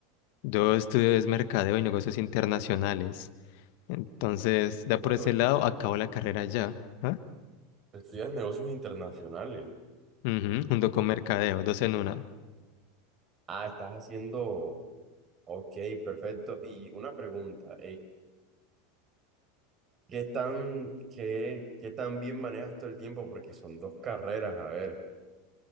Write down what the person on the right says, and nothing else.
Estudias
negocios
internacionales.
Estudias negocios internacionales.
Ah, estás haciendo, ok, perfecto. Y una pregunta, ¿Qué tan, qué, qué tan bien manejas todo el tiempo? Porque son dos carreras, a ver.